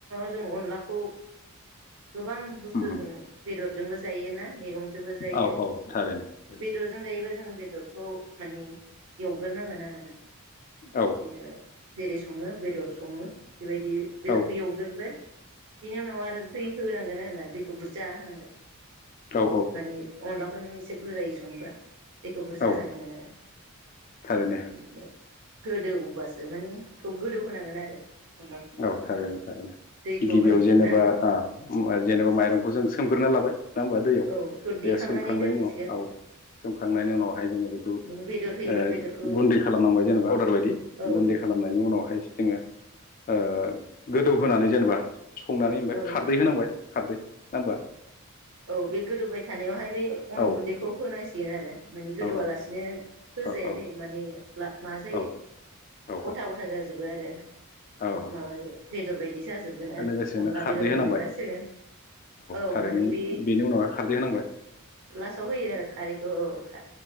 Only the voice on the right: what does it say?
जों अनलाखौ गोबां बुस्थु
द बेदर जोंबो जायोना मैगंजोंबो जायो
बेदरजों जायोबा जों बेदरखौ माने एवग्रोनांगोन आरोना
बिदिनो जेरै सङो बेदर सङो बेबायदि बेदरखौ
एवग्रोबाय बिनि उनाव आरो दै होनांगोन आरोना दैखौ बुरजा होनांगोन
माने अनलाखौ नों एसे बुरजायो सङोबा दैखौ बुरजा
होनांगोन आरो
बिदिनो गोदौबासो मानिे बेखौ गोदौ होनांगोन आरो अनलाखौ संनो
थाखाय
दैखौ
होनायखौ
ना
औ बेखौ
देखांनानै
दोनसिगोन
नों बेदर होयोबा
बेदरखौ
औ
औ
औ बे गोदौबाय थानायावहाय बे अन
गुन्दैखौ होन नांसिगोन आरो। माने गोदौआलासिनो
होजाया
दे माने ला मा जायो
गथा गथा जाजोबो आरो।
माबाजो
बे बिदि जाजोबगोन आरो
अनला
बेदर होनोनासो।
औ
मानि बि
लास्टाव होयो आरो खारैखौ औ